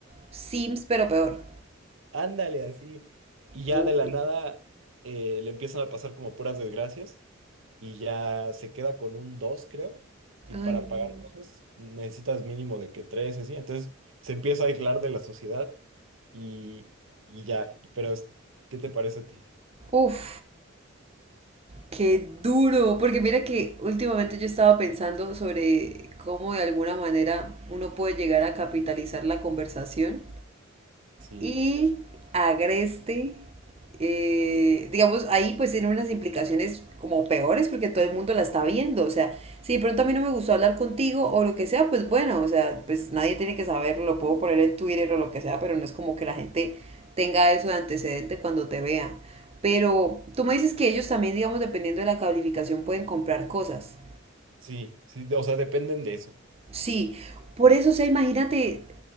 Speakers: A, on the right; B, on the right.
A: Sims, pero peor.
B: Ándale, así. Y ya
A: Uy,
B: de la nada eh, le empiezan a pasar como puras desgracias y ya se queda con un dos creo. Y para
A: ay,
B: pagar
A: no.
B: cosas necesitas mínimo de que tres así. Entonces se empieza a aislar de la sociedad y, y ya. Pero, es- ¿qué te parece a ti?
A: Uf. Qué duro, porque mira que últimamente yo estaba pensando sobre cómo de alguna manera uno puede llegar a capitalizar la conversación
B: Sí,
A: y agreste. eh, digamos, ahí pues tiene unas implicaciones como peores porque todo el mundo la está viendo. O sea, si de pronto a mí no me gustó hablar contigo o lo que sea, pues bueno, o sea, pues nadie tiene que saberlo, lo puedo poner en Twitter o lo que sea, pero no es como que la gente tenga eso de antecedente cuando te vea. Pero tú me dices que ellos también, digamos, dependiendo de la calificación, pueden comprar cosas.
B: sí, sí. O sea, dependen de eso.
A: Sí, por eso, o sea, imagínate